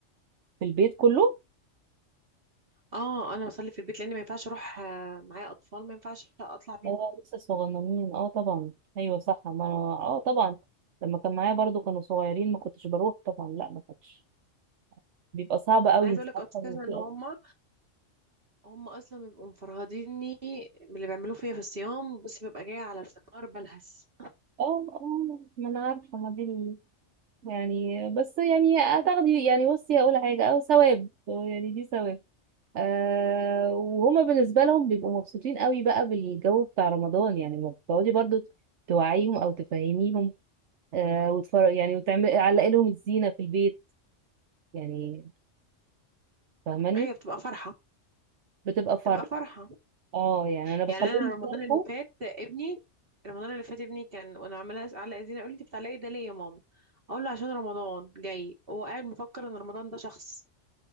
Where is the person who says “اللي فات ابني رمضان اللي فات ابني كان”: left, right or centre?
Right